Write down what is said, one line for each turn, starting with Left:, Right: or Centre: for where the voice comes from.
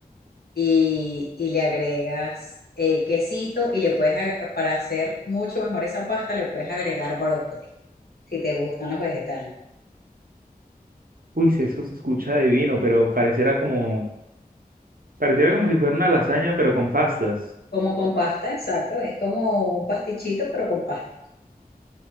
Left: y, y le agregas eh, quesito y le puedes, ag- para hacer mucho mejor esa pasta, le puedes agregar brócoli, si te gustan los vegetales.
Right: Uy, sí, eso se escucha divino, pero pareciera como, pareciera como si fuera una lasaña, pero con pastas.
Left: Como con pasta, exacto. Es como un pastichito, pero con pasta.